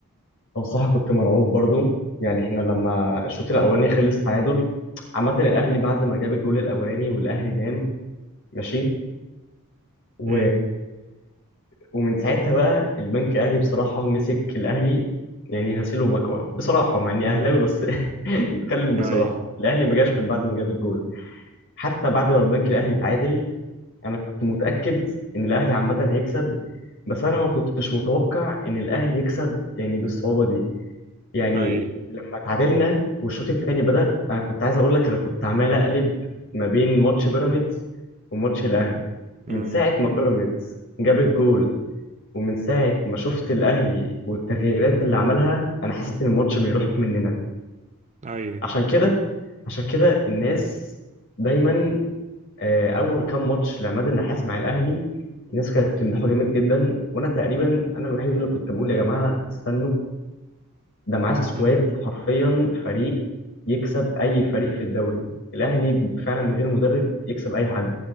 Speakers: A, on the left (about 60°); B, on the right (about 30°).
A: او صح كنت مرعوب برضو يعني احنا لما الشوط الاولاني خلص تعادل عامه الاهلي بعد ما جاب الجول الاولاني والاهلي نام ماشي و...
B: امم
A: ومن ساعتها بقى البنك الاهلي بصراحه مسك الاهلي يعني غسيل ومكوى بصراحه مع اني اهلاوي بس <laughs> نتكلم بصراحه
B: اي
A: الاهلي ما جاش من بعد ما جاب الجول حتى بعد ما البنك الاهلي تعادل انا كنت متاكد ان الاهلي عامه هيكسب بس انا ما كنتش متوقع ان الاهلي يكسب يعني بالصعوبه دي يعني
B: اي
A: لما تعادلنا والشوط الثاني بدا انا كنت عايز اقول لك انا كنت عمال اقلب ما بين ماتش بيراميدز وماتش الاهلي
B: امم
A: من ساعه ما بيراميدز جاب الجول ومن ساعه ما شفت الاهلي والتغييرات اللي عملها انا حسيت ان الماتش بيروح مننا
B: اي
A: عشان كده عشان كده الناس دايما آه، اول كام ماتش لعماد النحاس مع الاهلي الناس كانت بتمدحه جامد جدا وانا تقريبا انا الوحيد اللي كنت بقول يا جماعه استنوا ده معاه سكواد
B: امم
A: حرفيا فريق يكسب اي فريق في الدوري الاهلي فعلا من غير مدرب يكسب اي حد